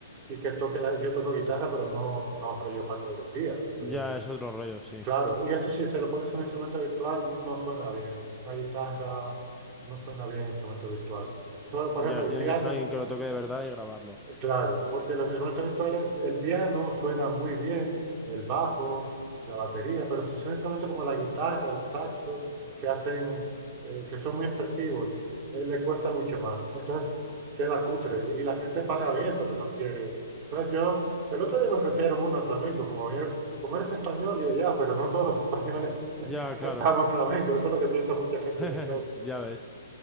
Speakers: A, on the right; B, in the centre.
A: y que toque la... Yo toco guitarra, pero no, no rollo Paco de Lucía. Eso
B: Ya
A: yo,
B: es otro rollo, sí.
A: Claro, y eso sí, se lo pones a un instrumento virtual, no suena bien. Una guitarra no suena bien instrumento virtual. Solo, por
B: Ya,
A: ejemplo, el
B: tiene
A: piano,
B: que ser alguien que lo toque de verdad y grabarlo.
A: eh, claro, porque los instrumentos virtuales, el piano suena muy bien, el bajo, la batería, pero si son instrumentos como la guitarra, el saxo, que hacen, eh, que son muy expresivos, eh, le cuesta mucho más. Entonces queda cutre y la gente paga bien, pero no quiere. Entonces yo, el otro día me ofrecieron uno de flamenco, como vieron, como eres español, digo ya, pero no todos los españoles.
B: Ya,
A: Cantamos
B: claro.
A: flamenco, eso es lo que piensa mucha gente
B: <laughs>
A: en Estados
B: Ya ves.